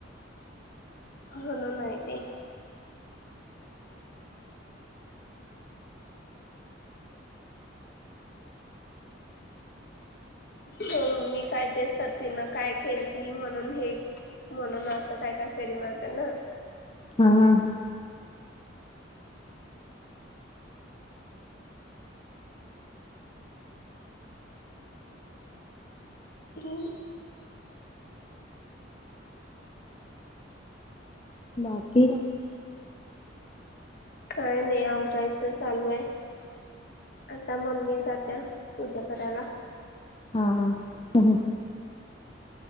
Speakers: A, on the left (about 55°); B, on the left (about 30°).
A: म्हणून आहे ते हो मी, काय ते सतीन न काय खेळती म्हणून हे- म्हणून, असं काय, काय फेरी मरते ना?
B: ह.
A: तन <inaudible>
B: बाकी?
A: काय नाही आवरायचं चालू आहे आता मम्मी जाते पूजा करायला
B: हा ह